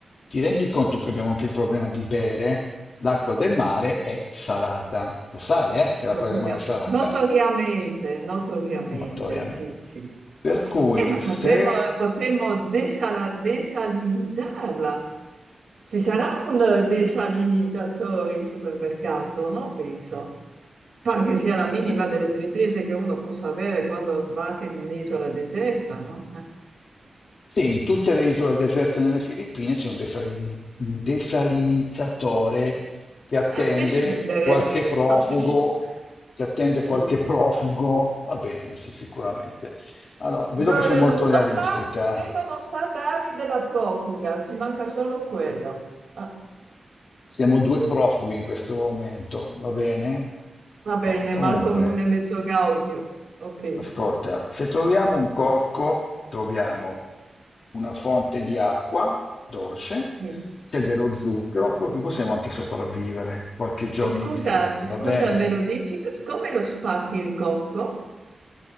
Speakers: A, on the left; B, on the right.
A: Ti rendi conto che abbiamo anche il problema di bere? L'acqua del mare è salata. Lo sai, eh, che l'acqua
B: Notoriamente,
A: del mare è salata?
B: notoriamente, notoriamente,
A: notoriamente.
B: sì, sì. sì.
A: Per cui
B: Eh, ma
A: se,
B: potremmo, potremmo desala- desalinizzarla. Ci sarà un eh, desalinizzatore in supermercato, no? Penso. Pare che sia la minima
A: se-
B: delle pretese che uno possa avere quando sbarca in un'isola deserta, no? Eh.
A: sì, in tutte le isole deserte nelle Filippine c'è un, desalini- un desalinizzatore che attende
B: A prescindere,
A: qualche profugo,
B: a prescindere.
A: che attende
B: Sì.
A: qualche profugo, va bene, sì, sicuramente. Allora, vedo
B: Guarda,
A: che sei molto
B: non no,
A: realistica.
B: Carmen Vega non sa darmi della profuga, ci manca solo quello. Ah,
A: Siamo due profughi in questo momento, va bene?
B: va bene,
A: Eh, comunque,
B: mal comune mezzo gaudio. Ok,
A: Ascolta, se troviamo un cocco, troviamo una fonte di acqua dolce,
B: sì.
A: se dello zucchero, perché possiamo anche sopravvivere qualche giorno
B: E scusa,
A: in più,
B: scusa,
A: va bene?
B: me lo dici? Come lo spacchi il cocco?